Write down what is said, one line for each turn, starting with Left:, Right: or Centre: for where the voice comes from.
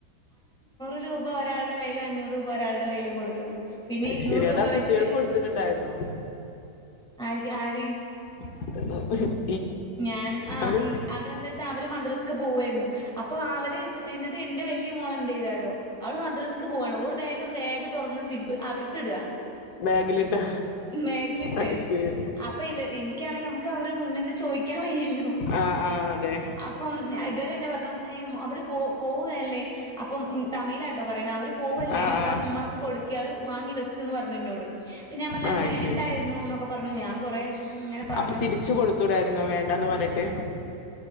Centre: ഒരു രൂപ ഒരാളുടെ കയ്യിലും അഞ്ഞൂറ് രൂപ ഒരാളുടെ കയ്യിലും കൊടുത്തു. പിന്നെ ഇരുന്നൂറ്
Left: ശെരി അതാ
Centre: രൂപ
Left: കുട്ടികൾക്ക്
Centre: വെച്ച്
Left: കൊടുത്തിട്ടുണ്ടായിരുന്നോ?
Centre: ആര്ക്ക് ആര്?
Left: <unintelligible>
Centre: ഞാൻ ആ
Left: അത്
Centre: അതെന്താ വെച്ചാ അവര് മദറിസ്ക്ക് പോവായിരുന്നു അപ്പൊ അവ ര് എന്നിട്ട് എന്റെ വലിയ മോളെന്തെയ്ത് അറിയോ അവള് മദറിസ്ക് പോവാണ് ഓള് വേഗം ബാഗ് തുറന്ന് സിബ് അതിക്കിടുക.
Left: ബാഗിലിട്ട്
Centre: ബാഗിലിട്ട്
Left: അത് ശരി
Centre: അപ്പൊ ഇവര് എനിക്കാണെങ്കിൽ നമുക്ക് ത്തോ അവരെ മുന്നിന്ന് ചോയിക്കാൻ വയ്യല്ലോ
Left: ആ ആ അതെ
Centre: <unintelligible> അപ്പം <unintelligible> ഇവരേന്ന പറഞ്ഞു ഏയ് അവര് പോ പോവുകയല്ലേ അപ്പം തമ്മീലാട്ടോ പറയണ അവര് പോവല്ലേ
Left: ആ
Centre: ആഹ്
Left: ആ
Centre: അത് ഉമ്മാക്ക് കൊടു ക്കെ അത് വാങ്ങി വെക്ക് ന്ന് പറഞ്ഞെന്നോട് പിന്നെ ഞാൻ പറഞ്ഞത്
Left: ആ
Centre: വേണ്ടായിരുന്നുന്നൊ
Left: ശരി
Centre: പറഞ്ഞു ഞാൻ കൊറേ ഇങ്ങനെ പറഞ്ഞു.
Left: അപ്പൊ തിരിച്ച് കൊടുത്തൂടായി രുന്നോ വേണ്ടാന്ന് പറഞ്ഞി ട്ട്